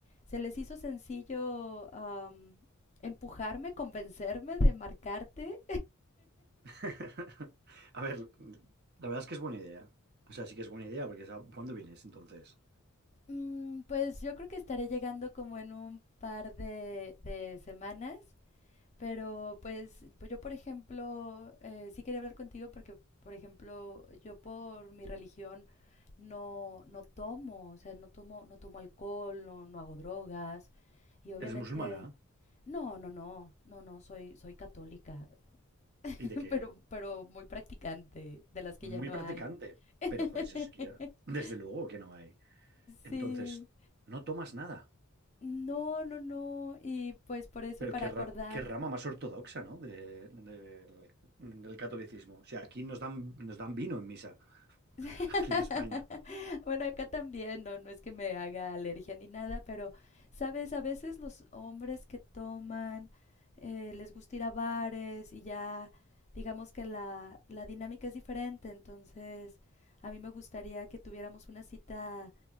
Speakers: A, on the left; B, on the right.
A: se les hizo sencillo am, empujarme, convencerme de marcarte.
B: <laughs> A ver, la verdad es que es buena idea. O sea, sí que es buena idea, porque ¿sab- ¿cuándo vienes entonces?
A: Mm, pues yo creo que estaré llegando como en un par de, de semanas Pero pues, pues yo, por ejemplo, eh, sí quería hablar contigo porque, por ejemplo, yo por mi religión no, no tomo, o sea, no tomo, no tomo alcohol, no, no hago drogas. Y obviamente,
B: Eres musulmana
A: no, no, no, no, no, soy, soy católica, <laughs>
B: y de que
A: pero, pero muy practicante, de las que
B: muy
A: ya no
B: practicante,
A: hay.
B: pero
A: <laughs>
B: joder, eso sí que ya- desde luego que no hay. Entonces,
A: Sí.
B: no tomas nada.
A: No, no, no. Y pues por eso,
B: Pero
A: para
B: qué,
A: acordar.
B: ra- qué rama más ortodoxa, ¿no? De- del del catolicismo. O sea, aquí nos dan, nos dan vino en misa, <laughs>
A: <laughs>
B: aquí en España.
A: Bueno, acá también, no, no es que me haga alergia ni nada, pero, ¿sabes? A veces los hombres que toman, eh, les gusta ir a bares y ya, digamos que la, la dinámica es diferente, entonces a mí me gustaría que tuviéramos una cita,